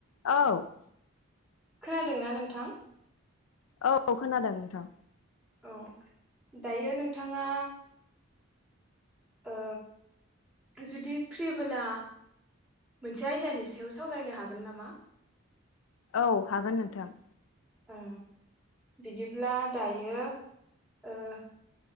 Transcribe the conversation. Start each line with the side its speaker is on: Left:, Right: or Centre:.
Left: औ
Centre: खोनादोंना नोंथां?
Left: औ खोनादों नोंथां
Centre: औ दायो नोंथाङा ओ जुदि फ्रिबोला मोनसे आयदानि सायाव सावरायनो हागोन नामा?
Left: औ हागोन नोंथां।
Centre: ओ बिदिब्ला दायो ओ